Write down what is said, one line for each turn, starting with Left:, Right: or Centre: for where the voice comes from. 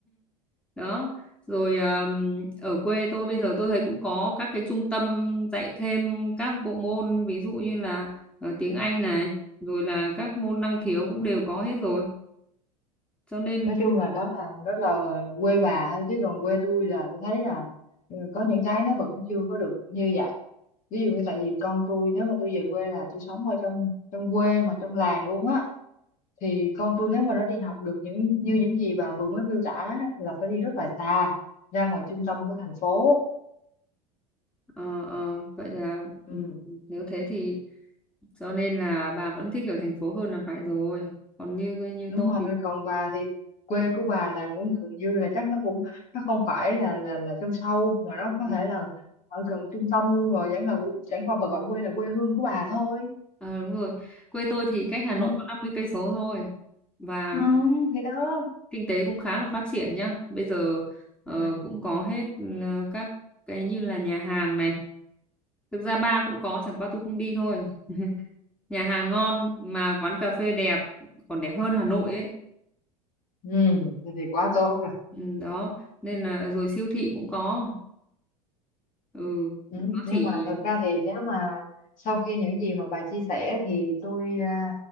Centre: đó rồi um, ở quê tôi bây giờ tôi thấy cũng có các cái trung tâm dạy thêm các bộ môn ví dụ như là ờ, tiếng Anh này rồi là các môn năng khiếu cũng đều có hết rồi cho nên
Left: nói chung là đó là đó là quê bà thôi chứ còn quê tôi là tôi thấy là ừ, có những cái nó vẫn chưa có được như vậy ví dụ như tại vì con tôi nếu mà tôi về quê là tôi sống ở trong trong quê mà trong làng luôn á thì con tôi nếu mà nó đi học được những như những gì bà vừa mới miêu tả á, là phải đi rất là xa ra ngoài trung tâm của thành phố
Centre: ờ, ờ, vậy là
Left: ừ,
Centre: ừ, nếu thế thì cho nên là bà vẫn thích ở thành phố hơn là phải rồi còn như như
Left: đúng
Centre: tôi
Left: rồi
Centre: thì
Left: còn bà thì quê của bà là cũng gần như là chắc nó cũng nó không phải là là là trong sâu mà nó
Centre: ừ.
Left: có thể là ở gần trung tâm luôn rồi chẳng là chẳng qua bà gọi quê là quê hương của bà thôi
Centre: Ờ, đúng rồi quê tôi thì cách Hà
Left: ừ.
Centre: Nội có 50 cây số thôi và
Left: Ừ, thì đó
Centre: kinh tế cũng khá là phát triển nhá. Bây giờ ờ,
Left: ừ.
Centre: cũng có hết ừ, các cái như là nhà hàng này. Thực ra bar cũng có, chẳng qua tôi không đi thôi. <laughs> Nhà hàng ngon mà quán cà phê đẹp, còn đẹp hơn Hà Nội ấy.
Left: Ừ. thì quá tốt rồi
Centre: Ừ, đó, nên là rồi siêu thị cũng có. Ừ,
Left: Ừ,
Centre: nó
Left: nhưng
Centre: chỉ
Left: mà thật ra thì nếu mà sau khi những gì mà bà chia sẻ thì tôi à,